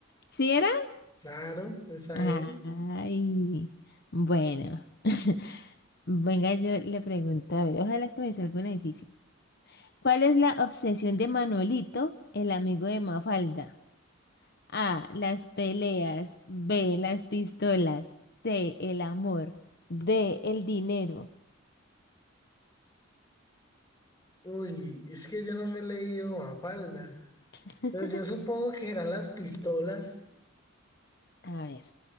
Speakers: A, on the left; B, on the left.
A: ¿Sí era?
B: Claro, esa
A: Ay.
B: es.
A: Bueno. <laughs> Venga, yo le pregunto, a ver, ojalá que me salga una difícil. ¿Cuál es la obsesión de Manuelito, el amigo de Mafalda? A, las peleas, B, las pistolas, C, el amor, D, el dinero.
B: Uy, es que yo no me he leído Mafalda.
A: <laughs>
B: Pero yo supongo que eran las pistolas.
A: A ver.